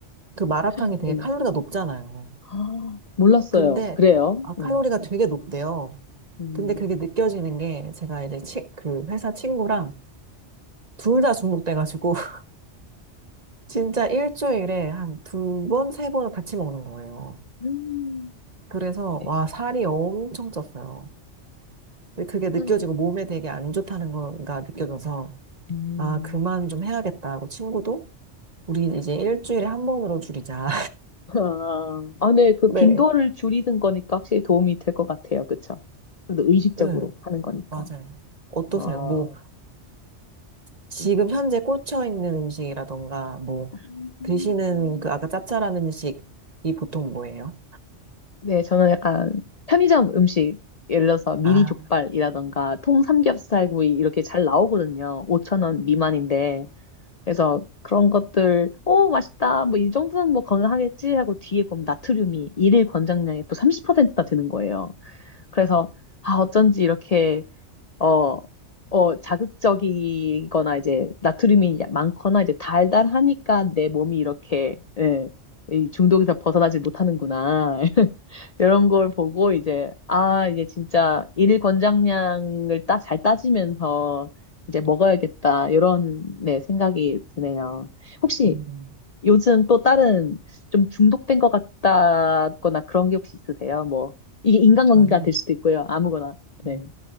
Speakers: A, on the right (about 35°); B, on the left (about 45°).
A: 그 마라탕이
B: 네.
A: 되게 칼로리가 높잖아요.
B: 아, 몰랐어요.
A: 근데,
B: 그래요?
A: 아, 칼로리가
B: 네.
A: 되게 높대요.
B: 음.
A: 근데 그게 느껴지는 게 제가 이제 치, 그 회사 친구랑 둘 다 중독돼가지고 <laughs> 진짜 일주일에 한 두 번, 세 번을 같이 먹는 거예요.
B: 음.
A: 그래서
B: 네.
A: 와, 살이 엄청 쪘어요. 근데 그게 느껴지고
B: 음.
A: 몸에 되게 안 좋다는 거가 느껴져서
B: 음.
A: 아, 그만 좀 해야겠다 하고 친구도 우리 이제 일주일에 한 번으로 줄이자.
B: 아, 아, 네,
A: <laughs>
B: 그
A: 네,
B: 빈도를 줄이는 거니까 확실히 도움이 될 것 같아요. 그쵸? 그래도 의식적으로
A: 네,
B: 하는 거니까.
A: 맞아요. 어떠세요?
B: 아.
A: 뭐 지금 현재 꽂혀 있는 음식이라던가 뭐
B: 음.
A: 드시는 그 아까 짭짤한 음식이 보통 뭐예요?
B: 네, 저는 약간 편의점 음식, 예를 들어서 미니
A: 아,
B: 족발이라던가 통 삼겹살구이 이렇게 잘 나오거든요. 5천 원 미만인데. 그래서 그런 것들, 오, 맛있다. 뭐 이 정도는 뭐 건강하겠지 하고 뒤에 보면 나트륨이 일일 권장량의 또 30%나 되는 거예요. 그래서 아 어쩐지 이렇게 어, 어 자극적이거나 이제 나트륨이 많거나 이제 달달하니까 내 몸이 이렇게 예, 이 중독에서 벗어나지 못하는구나. <laughs> 이런 걸 보고 이제 아 이제 진짜 일일 권장량을 따, 잘 따지면서 이제 먹어야겠다 이런 네 생각이 드네요. 혹시
A: 음,
B: 요즘 또 다른 좀 중독된 것 같다거나 그런 게 혹시 있으세요? 뭐, 이게 인간관계가
A: 저는,
B: 될 수도 있고요. 아무거나. 네.
A: 음,